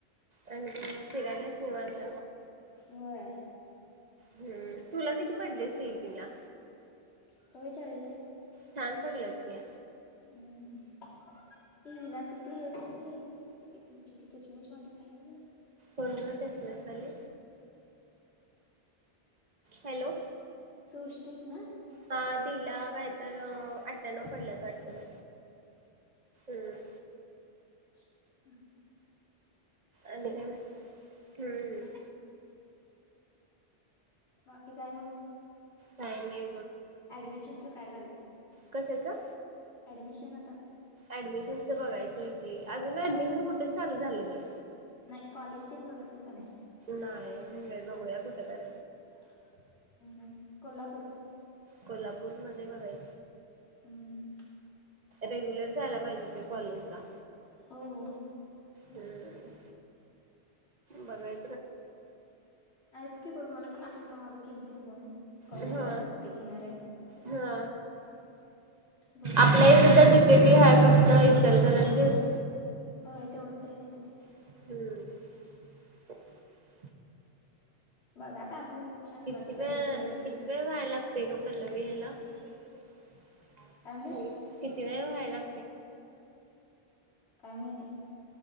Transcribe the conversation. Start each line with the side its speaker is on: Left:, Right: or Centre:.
Right: आणि काय मग फिरायलास निवांत
Left: होय
Right: हम्म तूला किती पडले सी ई टी ला
Left: चव्वेचाळीस
Right: छान पडलेत की
Left: हम ते हिला किती आहेत किती तुमची ती चष्मेशवाली काय तीच नाव
Right: कोण ग चश्मेशवाली हॅलो
Left: सृष्टीच ना?
Right: हा तिला काय तर अठठ्याण्णव
Left: होय
Right: पडल्यात वाटत बई हम्.
Left: उ ह
Right: आणि काय म? हम्म
Left: बाकी काय मग?
Right: काय नई.
Left: ऍडमिशनच काय झालं?
Right: कशाचं
Left: ऍडमिशन आ
Right: ऍडमिशनच बघाय च की अजून ऍडमिशन कुठच चालू झाल नई.
Left: नई कॉलेज तेन बगतलं का नाय?
Right: नाई आजून बई बघुया कुठ करा
Left: ह्म्म ह्म्म कोल्हापूर
Right: कोल्हापूर मध्ये बघाय
Left: हम्म
Right: रेग्युलर झाला पाहिजे ते कॉलेजला,
Left: हो हो
Right: ह्म्म. बघाय
Left: आयत की बघ मला पण आ क्षता माग केलीती फोन कॉलेज
Right: ह
Left: साठी कुठे घेणार आहे
Right: हा
Left: बघू
Right: आपल्या
Left: मी
Right: इत तर डी के टी हाय फक त इचलकरंजीत
Left: होय तेवढंच हाय तिथं ते
Right: हम्म
Left: बघा टाकून चार
Right: किती
Left: पाच आता
Right: वेळ
Left: भेटेल ते भेटेल
Right: किती वेळ व्हाय लागतेय गं पल्लवी हेला,
Left: तुम्ही कुठे घेतली
Right: <unintelligible>
Left: काय म्हणलीस
Right: किती वेळ व्हाय लाग
Left: काय माहिती